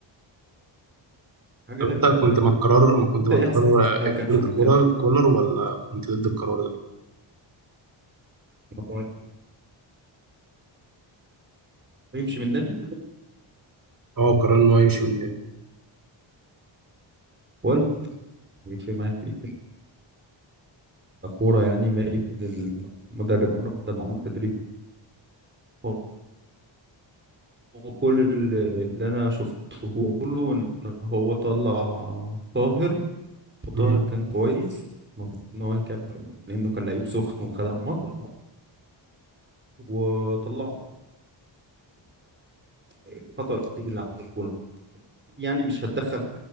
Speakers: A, on the right (about 25°); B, on the right (about 45°).
A: حاجة
B: طب
A: تحرق
B: انت
A: الدم
B: كنت مع قرار ما كنت
A: انت
B: مع
A: ايه
B: قرار
A: احساسك
B: اقاله
A: بقى كزملكاوي
B: كولر كولر ولا كنت ضد القرار ده
A: إن هو يمشي من النادي
B: اه قرار ان هو يمشي من النادي
A: ولا في ما في كورة يعني مالي للمدرب وانا بحضر معاهم التدريب هو هو كل اللي اللي انا شفته له ان هو طلع طاهر وطاهر
B: مم.
A: كان كويس المفروض ان هو يكمل لانه كان لعيب سخن وخدع الماتش وطلعه الخطأ الوحيد اللي عمله الكورة يعني مش هتدخل